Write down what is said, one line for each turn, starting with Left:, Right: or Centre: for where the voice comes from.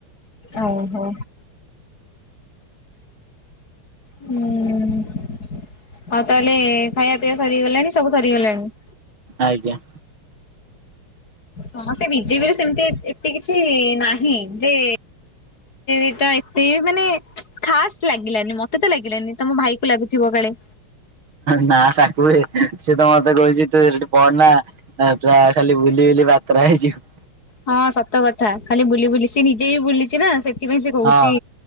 Left: ଓ ହୋ। ହୁଁ ଆଉ ତାହେଲେ ଖାଇବା ପିଇବା ସରିଗଲାଣି ସବୁ ସରିଗଲାଣି।
Right: ଆଜ୍ଞା।
Left: ହଁ ସେ ବିଜେପିରେ ସେମିତି ଏତେ କିଛି ନାହିଁ ଯେ ସେଇଟା ଏତେ ଇଏ ମାନେ ଖାସ୍ ଲାଗିଲାନି ମତେ ତ ଲାଗିଲାନି ତମ ଭାଇକୁ ଲାଗୁଥିବ କାଳେ?
Right: ନା ତାକୁୁଏ ସିଏ ତ ମତେ କହୁଛି ତୁ ସେଠି ପଢନା? ଆ ପୁରା ଖାଲି ବୁଲି ବୁଲି ବାତରା ହେଇଯିବୁ।
Left: ହଁ ସତ କଥା ଖାଲି ବୁଲି ବୁଲି ସିଏ ନିଜେ ବି ବୁଲିଛି ନା ସେ ସେଥିପାଇଁ ସେ କହୁଛି
Right: ହଁ